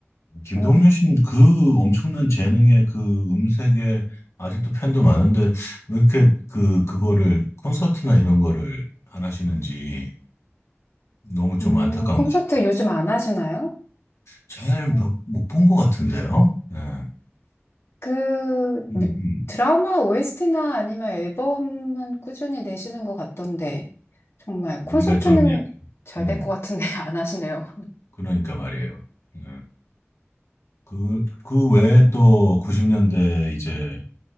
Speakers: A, on the left; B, on the left.
A: 김동률
B: 음,
A: 씨는 그 엄청난 재능의 그 음색에 아직도 팬도 많은데 왜 이렇게 그 그거를 콘서트나 이런 거를 안 하시는지 너무 좀
B: 음,
A: 안타까운
B: 콘서트
A: 것 같아요.
B: 요즘 안 하시나요?
A: 잘
B: 음,
A: 못 본 것 같은데요. 네.
B: 그
A: 음,
B: 뮤-
A: 음.
B: 드라마 OST나 아니면 앨범은 꾸준히 내시는 것 같던데 정말
A: 우리가
B: 콘서트는
A: 좀 약간,
B: 잘
A: 음,
B: 될 것 같은데 <laughs> 안 하시네요.
A: 그러니까 말이에요. 네. 그, 그 외에 또 90년대 이제